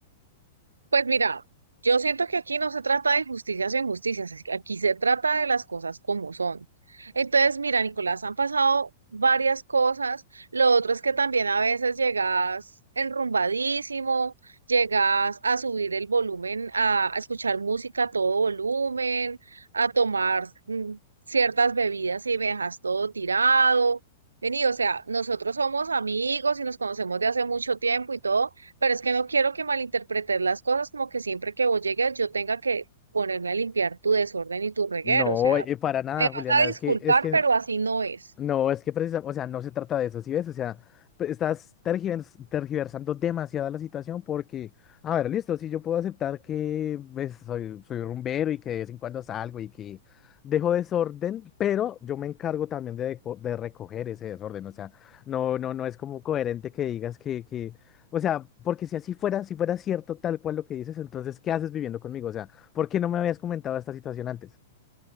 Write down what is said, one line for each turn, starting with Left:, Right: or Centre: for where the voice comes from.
Right: Pues mira, yo siento que aquí no se trata de injusticias o injusticias, es que aquí se trata de las cosas como son. Entonces, mira, Nicolás, han pasado varias cosas. Lo otro es que también a veces llegas enrumbadísimo, llegas a subir el volumen, a, a escuchar música a todo volumen, a tomar mm, ciertas bebidas y me dejas todo tirado. Vení, o sea, nosotros somos amigos y nos conocemos de hace mucho tiempo y todo pero es que no quiero que malinterpretes las cosas como que siempre que vos llegues yo tenga que ponerme a limpiar tu desorden y tu reguero.
Left: No,
Right: O sea,
Left: eh, para nada,
Right: me
Left: Juliana,
Right: vas a disculpar,
Left: es que, es que...
Right: pero así no es.
Left: No, es que precisamente, o sea, no se trata de eso, ¿sí ves? O sea, pe- estás tergivers- tergiversando demasiado la situación porque, a ver, listo, si yo puedo aceptar que ves soy, soy rumbero y que de vez en cuando salgo y que dejo desorden, pero yo me encargo también de, deco- de recoger ese desorden, o sea, no, no, no es como coherente que digas que, que, o sea, porque si así fuera, si fuera cierto tal cual lo que dices, entonces, ¿qué haces viviendo conmigo? O sea, ¿por qué no me habías comentado esta situación antes?